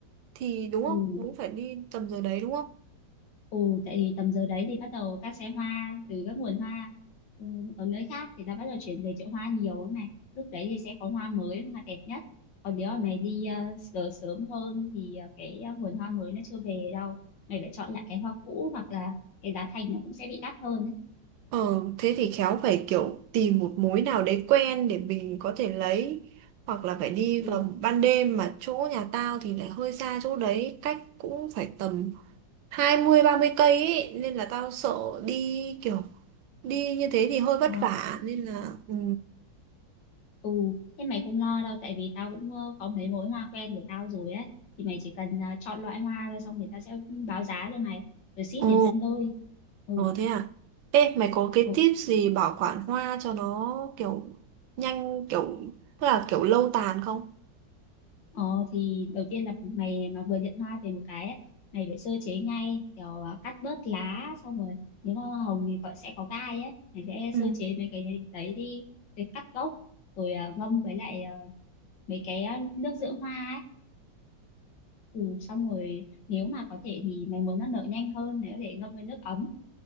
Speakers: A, on the right (about 85°); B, on the left (about 70°).
A: thì đúng không
B: ừ.
A: cũng phải đi tầm giờ đấy đúng không
B: Ừ, tại vì tầm giờ đấy thì bắt đầu các xe hoa từ các nguồn hoa ừ, ở nơi khác thì đã bắt đầu chuyển về chợ hoa nhiều ấy này. Lúc đấy thì sẽ có hoa mới, hoa đẹp nhất. Còn nếu mà mày đi ờ, sớm sớm hơn thì ờ, cái ờ, nguồn hoa mới nó chưa về đâu. Mày phải chọn lại cái hoa cũ hoặc là cái giá thành nó cũng sẽ bị đắt hơn ấy.
A: ờ thế thì khéo phải kiểu tìm một mối nào đấy quen để mình có thể lấy hoặc là phải đi
B: Ừ.
A: vào ban đêm mà chỗ nhà tao thì lại hơi xa chỗ đấy cách cũng phải tầm hai mươi ba mươi cây ấy nên là tao sợ đi kiểu đi như thế thì hơi vất
B: Ờ,
A: vả nên là ừ.
B: ừ, thế mày không lo đâu tại vì tao cũng ờ, có mấy mối hoa quen của tao rồi ấy. Thì mày chỉ cần ờ, chọn loại hoa thôi xong người ta sẽ báo giá cho mày rồi ship
A: Ồ,
B: đến tận nơi. Ừ.
A: ồ thế à. Ê, mày có cái
B: ừ.
A: tip gì bảo quản hoa cho nó kiểu nhanh kiểu tức là kiểu lâu tàn không?
B: Ờ thì đầu tiên là mày mà vừa nhận hoa về một cái ấy, mày phải sơ chế ngay kiểu à, cắt bớt lá xong rồi nếu mà hoa hồng thì còn sẽ có gai ấy mày sẽ
A: Ừ.
B: sơ chế mấy cái đấy đi rồi cắt gốc rồi à, ngâm với lại à, mấy cái à, nước dưỡng hoa ấy ừ, xong rồi nếu mà có thể thì mày muốn nó nở nhanh hơn mày có thể ngâm với nước ấm